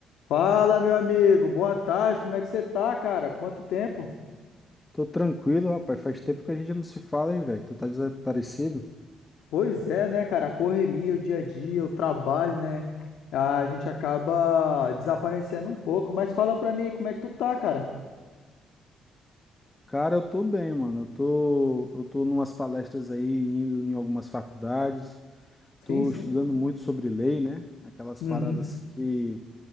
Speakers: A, on the left; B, on the left.
A: Fala, meu amigo. Boa tarde. Como é que você tá, cara? Quanto tempo?
B: Tô tranquilo, rapaz. Faz tempo que a gente não se fala, hein, velho? Tu tá desaparecido?
A: Pois é, né, cara? A correria, o dia a dia, o trabalho, né? A gente acaba desaparecendo um pouco. Mas fala pra mim, como é que tu tá, cara?
B: Cara, eu tô bem, mano. Eu tô, eu tô numas palestras aí, indo em algumas faculdades.
A: Sim,
B: Tô
A: sim.
B: estudando muito sobre lei, né? Aquelas
A: Uhum.
B: paradas que,